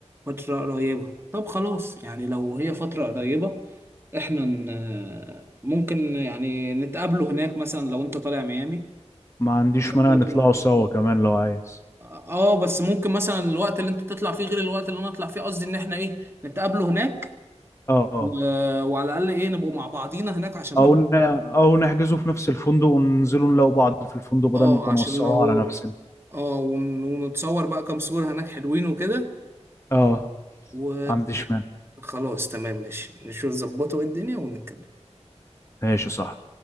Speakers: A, on the right (about 20°); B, on the left (about 25°).
A: فترة قريبة طب خلاص يعني لو هي فترة قريبة احنا ن- ممكن يعني نتقابله هناك مثلا لو انت طالع ميامي
B: ما عنديش
A: نظبطه
B: مانع نطلعوا
A: ده.
B: سوا كمان لو عايز
A: اه آه، بس ممكن مثلا الوقت اللي انت تطلع فيه غير الوقت اللي انا اطلع فيه قصدي ان احنا ايه نتقابله هناك
B: اه
A: و... وعلى الاقل ايه نبقوا مع بعضينا هناك عشان لو
B: او ن... او نحجزه في نفس الفندق وننزلوا نلاقوا بعض في الفندق بدل
A: اه
B: ما نوسعوها
A: عشان لو
B: على نفسنا
A: اه ون- ونتصور بقى كام صورة هناك حلوين وكده
B: اه
A: و...
B: ما عنديش مانع
A: خلاص تمام ماشي نشوف نظبطه الدنيا ونتكلم
B: ماشي صح